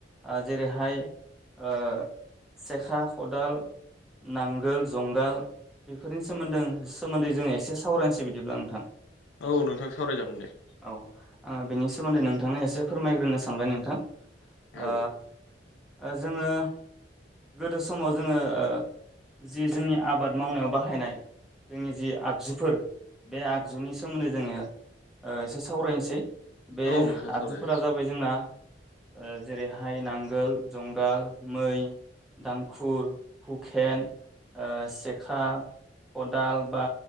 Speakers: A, in the centre; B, on the left (about 75°).
A: आ जेरैहाय ओ सेखा खदाल नांगोल जंगाल बेफोरनि सोमोन्दों सोमोन्दै जोङो एसे सावरायनसै बिदिब्ला नोंथां।
B: औ नोंथां सावरायजागोन दे।
A: औ आ बेनि सोमोन्दै नोंथांनो एसे फोरमायग्रोनो सानबाय नोंथां। आ
B: औ
A: ओ जोङो गोदो समाव जोङो ओ जि जोंनि आबाद मावनायाव बाहायनाय जोंनि जि आगजुफोर बे आगजुनि सोमोन्दै जोङो ओ एसे सावरायनसै बे
B: औ नोंथां सावराय
A: आगजुफोरा जाबाय जोंना ओ जेरैहाय नांगोल जंगाल मै दांखुर हुखेन ओ सेखा खदाल बा